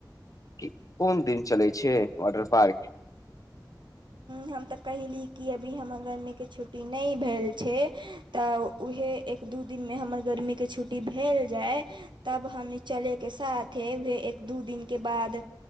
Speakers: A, on the left (about 45°); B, on the right (about 80°).
A: <inaudible> कोन दिन चलै छै वाॅटर पार्क
B: हम तऽ कहयली कि अभी हमर गर्मीकेँ छुट्टी नहि भेल छै तऽ उएहे एक दू दिनमे हमर गर्मीकेँ छुट्टी भेल जाय तब हम चले के साथ उहे एक दू दिन केँ बाद